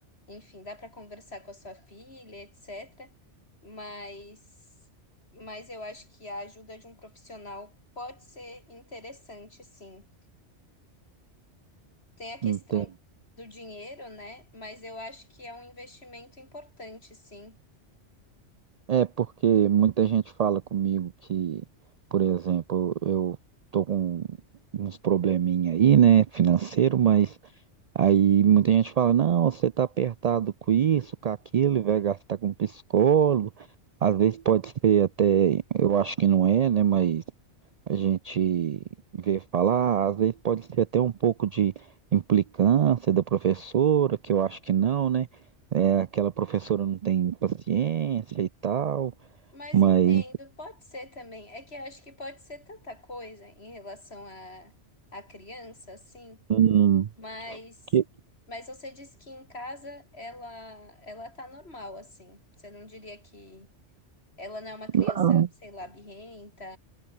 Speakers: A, on the left; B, on the right.
A: enfim, dá para conversar com a sua filha, etc. Mas, mas eu acho que a ajuda de um profissional pode ser interessante, sim. Tem a questão
B: Entendo.
A: do dinheiro, né? Mas eu acho que é um investimento importante, sim.
B: É porque muita gente fala comigo que, por exemplo, eu tô com uns probleminha aí, né, financeiro, mas aí muita gente fala, não, você tá apertado com isso, com aquilo, e vai gastar com psicólogo. Às vezes pode ser até, eu acho que não é, né, mas a gente vê falar, às vezes pode ser até um pouco de implicância da professora, que eu acho que não, né? É, aquela professora não tem paciência e tal,
A: Mas
B: mas
A: entendo, pode ser também. É que eu acho que pode ser tanta coisa em relação à à criança, assim.
B: hum,
A: Mas,
B: que-
A: mas você disse que em casa ela ela tá normal, assim. Você não diria que ela não é uma criança,
B: Ah,
A: sei lá, birrenta,